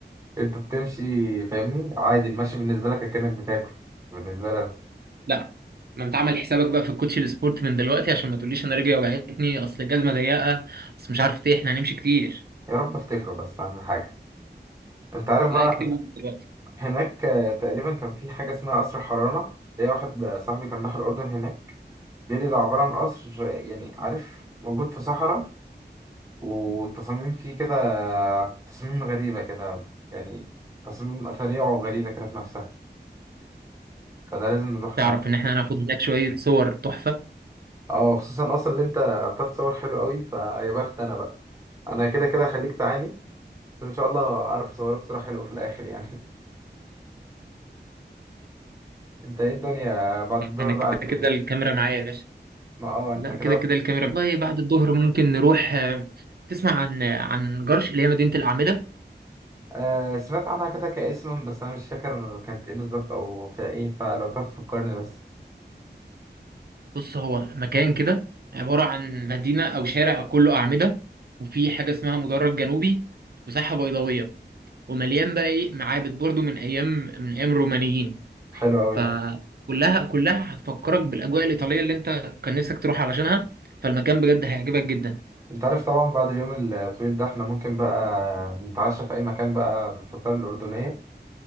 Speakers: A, on the right (about 15°); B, on the right (about 60°).
A: انت بتمشي فاهمني عادي المشي بالنسبه لك كأنك بتاكل بالنسبه لنا
B: لا ما انت عامل حسابك بقى في الكوتشي السبورت من دلوقتي عشان ما تقوليش انا رجلي وجعتني اصل الجزمه ضيقه اصل مش عارف ايه احنا هنمشي كتير
A: يا رب افتكره بس اهم حاجه انت عارف
B: لا
A: بقى
B: اكتبهم من دلوقتي
A: هناك آه، تقريبا كان في حاجه اسمها قصر حرانه ليا واحد آه، صاحبي كان راح الاردن هناك بيقول لي ده عباره عن قصر آه، يعني عارف موجود في صحراء والتصاميم فيه كده آه، تصاميم غريبه كده يعني تصاميم اثريه وغريبه كده في نفسها فده لازم نروح
B: تعرف ان احنا هناخد هناك شويه صور تحفه
A: اه خصوصا اصلا اللي انت بتعرف تصور حلو قوي فيا بخت انا بقى انا كده كده هخليك تعاني بس ان شاء الله اعرف اصورك صورة حلوة في الاخر يعني <laughs> انت ايه الدنيا بعد الدور
B: انا
A: بقى
B: كده
A: هنعمل
B: كده
A: ايه
B: الكاميرا معايا يا باشا
A: ما اه انت
B: لا
A: كده
B: كده كده الكاميرا والله بعد الظهر ممكن نروح آه، تسمع عن آه، عن جرش اللي هي مدينه الاعمده
A: آه سمعت عنها كده كاسم بس انا مش فاكر كانت ايه بالظبط او فيها ايه فلو تعرف تفكرني بس
B: بص هو مكان كده عباره عن مدينه او شارع كله اعمده وفي حاجه اسمها مدرج جنوبي وساحه بيضاويه ومليان بقى ايه معابد برضو من ايام من ايام الرومانيين
A: حلو قوي
B: فكلها
A: ده
B: كلها هتفكرك بالاجواء الايطاليه اللي انت كان نفسك تروح علشانها فالمكان بجد هيعجبك جدا
A: انت عارف طبعا بعد اليوم الطويل ده احنا ممكن بقى نتعشى في اي مكان بقى الفطار الاردنية